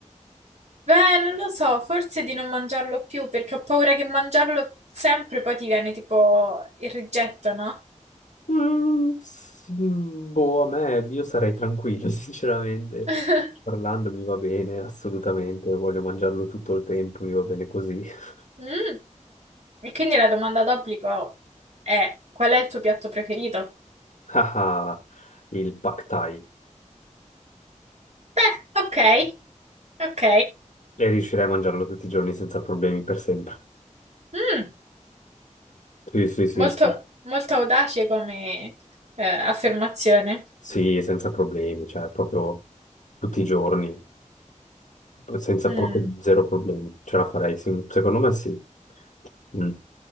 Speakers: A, on the right; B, on the left.
A: Beh, non lo so, forse di non mangiarlo più perché ho paura che mangiarlo sempre poi ti viene tipo il rigetto, no?
B: Mm, s- mm, boh, a me io sarei tranquillo, <laughs> sinceramente.
A: <laughs>
B: Parlando mi va bene, assolutamente. Voglio mangiarlo tutto il tempo, mi va bene così. <laughs>
A: Mm. E quindi la domanda d'obbligo è: qual è il tuo piatto preferito?
B: Ah, ah, il Pad Thai.
A: Beh, ok, ok.
B: E riuscirei a mangiarlo tutti i giorni senza problemi per sempre.
A: Mm,
B: Sì, sì, sì.
A: Molto, molto audace come eh, affermazione.
B: Sì, senza problemi, cioè proprio tutti i giorni, senza
A: Mm.
B: proprio zero problemi, ce la farei, sì, secondo me sì. Mm.